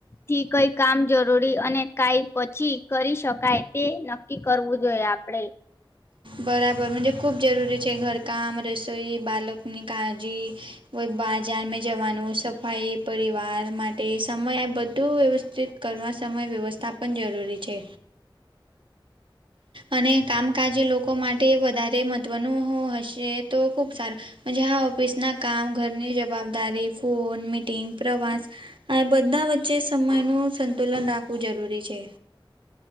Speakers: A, on the left; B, on the right.
A: થી કઈ કામ જરૂરી અને કઈ પછી કરી શકાય તે ન કરવું જોઈએ આપડણે
B: બરાબર મન્જે ખૂબ જરૂરી છે ઘરકામ રસોઈ બાલકની કાળજી બજારમાં જવાનું સફાઈ પરિવાર માટે સમય આ બધું વ્યવસ્થિત કરવા સમય વ્યવસ્થા પણ જરૂરી છે. અને કામકાજ લોકો માટે વધારે મહત્વનું હશે તો ખૂબ સારું મન્જે હા ઓફિસ ના કામ ઘરની જવાબદારી ફોન મીટિંગ પ્રવાસ આ બધા વચ્ચે સમય નું સંતુલન રાખવું જરૂરી છે.